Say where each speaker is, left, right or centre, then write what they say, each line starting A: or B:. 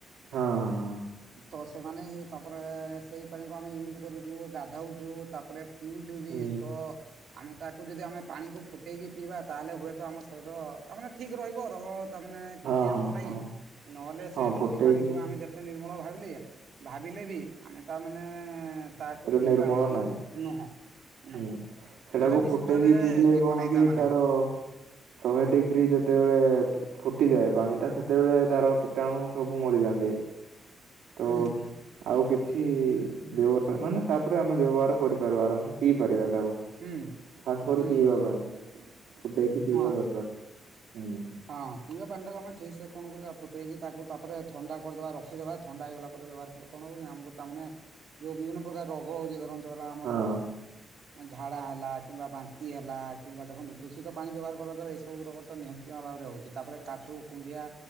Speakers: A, on the right; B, on the right.
A: ହଁ ହଁ ହଁ।
B: ତ ସେମାନେ ହିଁ ତାପରେ ସେଇ ପାଣିକୁ ଆମେ ୟୁଜ୍ କରୁଚୁ ଗାଧାଉଚୁ ତାପରେ ପିଉଚୁ ବି
A: ହୁଁ
B: ତ ଆମେ ତାକୁ ଯଦି ଆମେ ପାଣିକୁ ଫୁଟେଇକି ପିଇବା ତାହେଲେ ହୁଏତ ଆମ ର ତାମାନେ ଠିକ୍ ରହିବ ରୋଗ ତା ମାନେ କିଛି
A: ହଁ
B: ହେବ
A: ହଁ
B: ନାହିଁ
A: ହଁ
B: ନହେଲେ
A: ହଁ
B: ସେ
A: ଫୁଟେଇକି
B: ନଦୀ ପାଣିକୁ ଆମେ ଯେ ଏତେ ନିର୍ମଳ ଭାବିଲି ଏୟା ଭାବିଲେ ବି ଆମେ ତାମାନେ ତାକୁ
A: ପୁରା
B: ପିଇବା
A: ନିର୍ମଳ
B: ଉଚିତ୍
A: ନାହିଁ।
B: ନୁହଁ। ନୁହଁ
A: ହୁଁ ସେଟାକୁ
B: ସେଇଟା ବିଶୁଦ୍ଧରେ
A: ଫୁଟେଇକି ପିଇଲେ
B: ଯିବ
A: କଣକି
B: ନାହିଁ ତାମାନେ
A: ତାର ଶହେ ଡିଗ୍ରୀ ଯେତେବେଳେ ଫୁଟିଯାଏ ପାଣି ଟା ସେତେବେଳେ ତାର କୀଟାଣୁ ସବୁ ମରିଯାନ୍ତି। ତ
B: ହୁଁ
A: ଆଉ କିଛି ବ୍ୟବ ମାନେ ତାପରେ ଆମେ ବ୍ୟବହାର କରିପାରିବା ଆରାମସେ ପିଇ ପାରିବା ତାକୁ।
B: ହୁଁ
A: ଖାସ କରି
B: ହୁଁ
A: ପିଇବା ପାଇଁ ଫୁଟେଇକି ପିଇବା
B: ହଁ।
A: ଦରକାର୍ ହୁଁ।
B: ହଁ ପିଇବା ପାଣିଟାକୁ ଆମେ ଠିକ୍ ସେ କଣ କରିବା ଫୁଟାଇକି ତାକୁ ତାପରେ ଥଣ୍ଡା କରିଦବା ରଖିଦବା ଥଣ୍ଡା ହେଇଗଲା ପରେ ବ୍ୟବହାର କଲେ କଣ ହବ କି ଆମକୁ ତାମାନେ ଯୋଉ ବିଭିନ୍ନ ପ୍ରକାର ରୋଗ ହଉଚି ଧରନ୍ତୁ ହେଲା ଆମର
A: ହଁ।
B: ଝାଡ଼ା ହେଲା କିମ୍ବା ବାନ୍ତି ହେଲା କିମ୍ବା ଦେଖନ୍ତୁ ଦୂଷିତ ପାଣି ବ୍ୟବହାର କରିବା ଦ୍ୱାରା ଏଇ ସବୁ ରୋଗ ତ ନିହାତି ଇୟା ଭାବରେ ହେଉଚି ତାପରେ କାଛୁ କୁଣ୍ଡିଆ